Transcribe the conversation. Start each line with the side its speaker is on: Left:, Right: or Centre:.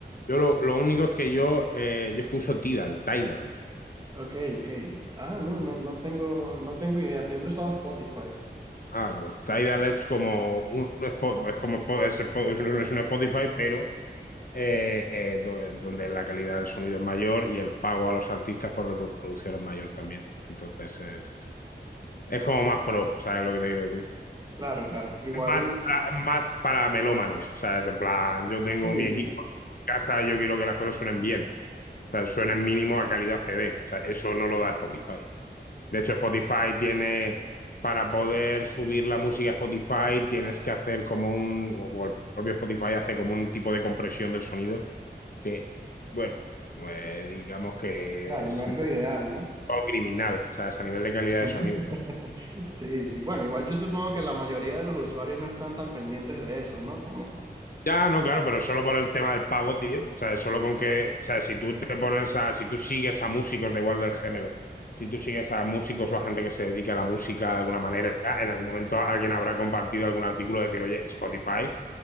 Left: Yo lo, lo único es que yo, eh, yo es que uso Tidal, Tidal.
Right: Ok, ok. Ah, no, no, no tengo, no tengo idea. Siempre he usado Spotify.
Left: Ah, pues Tidal es como un Spo- es como Spo- es, Spo- es un es un Spotify, pero eh, eh, do- eh, donde la calidad del sonido es mayor y el pago a los artistas por reproducción es mayor también. Entonces es, es como más pro, ¿sabes lo que te quiero decir?
Right: Claro, claro. Igual,
Left: más para, más para melómanos. O sea, es en plan, yo tengo
Right: sí,
Left: mi
Right: sí.
Left: equipo en casa y yo quiero que las cosas suenen bien. O sea, suenen mínimo a calidad CD. O sea, eso no lo da Spotify. De hecho, Spotify tiene, para poder subir la música a Spotify, tienes que hacer como un, o el propio Spotify hace como un tipo de compresión del sonido que, bueno, eh, digamos que
Right: Claro,
Left: es
Right: no es
Left: un
Right: lo ideal, ¿no?
Left: poco criminal. O sea, es a nivel de calidad
Right: <laughs>
Left: de sonido.
Right: Sí, sí. Bueno, igual yo supongo que la mayoría de los usuarios no están tan pendientes de eso, ¿no? Como,
Left: Ya, no, claro, pero solo por el tema del pago, tío. O sea, solo con que, o sea, si tú te pones a, si tú sigues a músicos de igual del género, si tú sigues a músicos o a gente que se dedica a la música de alguna manera, en algún momento alguien habrá compartido algún artículo de decir, oye, Spotify